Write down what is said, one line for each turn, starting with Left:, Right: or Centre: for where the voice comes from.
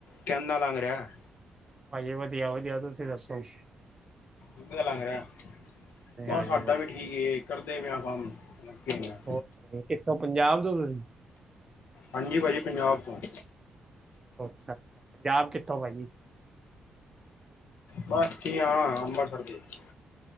Left: ਕੈਂਨਾ ਲੱਗ ਰਿਹੈ?
Right: ਪਾਜੀ ਵਧੀਆ-ਵਧੀਆ। ਤੁਸੀਂ ਦੱਸੋ ਜੀ?
Left: ਵਧੀਆ ਲੱਗ ਰਿਹੈ।
Right: ਹਾਂਜੀ
Left: ਬਸ
Right: ਹਾਂਜੀ
Left: ਸਾਡਾ
Right: ਭਾਜੀ
Left: ਵੀ ਠੀਕ ਏ। ਕਰਦੇ ਪਏ ਆ ਕੰਮ। ਲੱਗੇ ਹੋਏ ਆ।
Right: ਹੋਰ ਕਿੱਥੋ? ਪੰਜਾਬ ਤੋਂ ਹੋ ਤੁਸੀ?
Left: ਹਾਂਜੀ ਪਾਜੀ ਪੰਜਾਬ ਤੋਂ ਆਂ।
Right: ਅੱਛਾ-ਅੱਛਾ, ਪੰਜਾਬ ਕਿੱਥੋਂ ਪਾਜੀ?
Left: ਬਸ ਜੀ ਹਾਂ। ਅੰਬਰਸਰ ਦੇ ਈ ਹੈਗੇ।